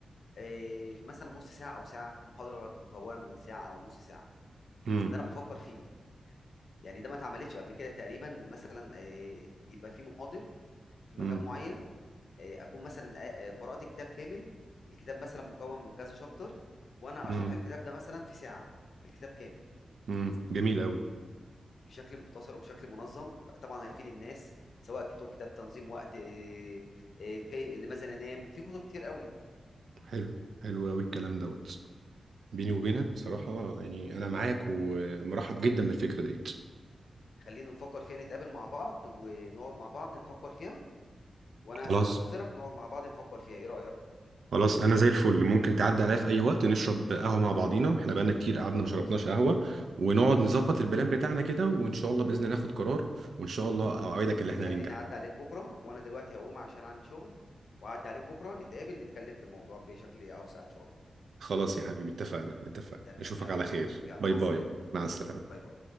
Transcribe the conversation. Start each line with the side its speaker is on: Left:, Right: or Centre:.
Left: آه، في مثلا نص ساعه او ساعه في محاضره مكونه من ساعه او نص ساعه
Right: امم
Left: ده انا بفكر فيه يعني ده ما اتعملتش قبل كده تقريبا ان مثلا آه، يبقى في محاضر في مكان
Right: امم
Left: معين آه، اكون مثلا آه، آه، قرات كتاب كامل الكتاب مثلا مكون من كذا شابتر وانا
Right: امم
Left: اشرح الكتاب ده مثلا في ساعه الكتاب كامل
Right: امم جميل قوي
Left: بشكل مختصر وبشكل منظم طبعا هيفيد الناس سواء كتب كتاب تنظيم وقت آه، آه، كي- لماذا ننام في كتب كتير قوي
Right: حلو حلو قوي الكلام دوت بيني وبينك بصراحة يعني أنا معاك ومرحب جدا بالفكرة ديت
Left: خلينا نفكر فيها نتقابل مع بعض ونقعد مع بعض نفكر فيها وانا
Right: خلاص
Left: هست- هنتظرك نقعد مع بعض نفكر فيها ايه رأيك
Right: خلاص أنا زي الفل ممكن تعدي عليا في أي وقت نشرب قهوة مع بعضينا إحنا بقالنا كتير قعدنا ما
Left: خلاص
Right: شربناش
Left: تمام
Right: قهوة ونقعد نظبط البلان بتاعنا كده وإن شاء الله بإذن الله ناخد قرار وإن شاء الله
Left: خلاص
Right: أوعدك إن إحنا
Left: خليني
Right: هننجح
Left: اعدي عليك بكرة وانا دلوقتي هقوم عشان عندي شغل واعدي عليك بكرة نتقابل نتكلم في الموضوع بشكل اوسع ان شاء الله
Right: خلاص يا حبيبي اتفقنا اتفقنا
Left: تمام
Right: أشوفك
Left: يلا
Right: على خير
Left: باي يلا
Right: باي
Left: مع
Right: باي
Left: السلامة
Right: مع السلامة
Left: باي باي